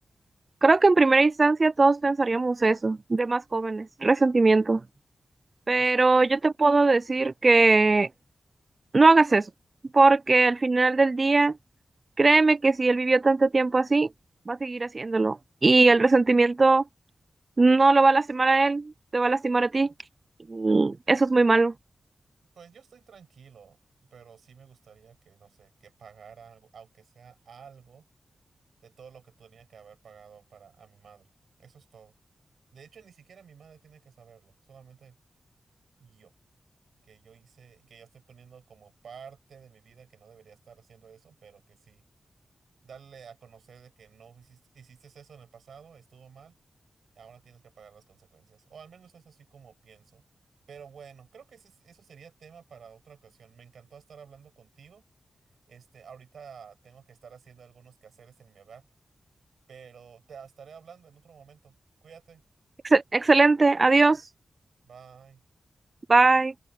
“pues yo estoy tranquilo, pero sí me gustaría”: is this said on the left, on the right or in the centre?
Right